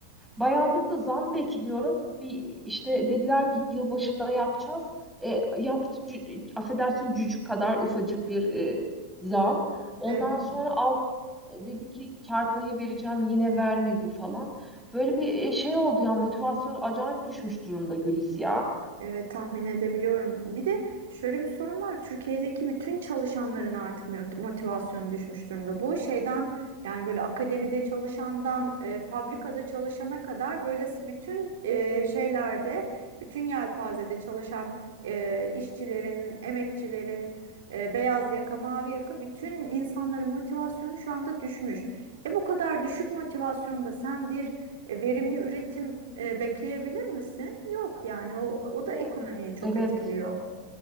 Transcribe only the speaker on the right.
Evet.
Evet tahmin edebiliyorum. Bir de şöyle bir sorun var. Türkiye'deki bütün çalışanların artık mot- motivasyonu düşmüş durumda. Bu şeyden yani böyle akademide çalışandan e, fabrikada çalışana kadar böyle s- bütün e, şeylerde, bütün yelpazede çalışan e, işçilerin, emekçilerin, e, beyaz yaka, mavi yaka bütün insanların motivasyonu şu anda düşmüş. E bu kadar düşük motivasyonda sen bir e, verimli üretim e, bekleyebilir misin? Yok yani o, o
da ekonomiyi çok
etkiliyor.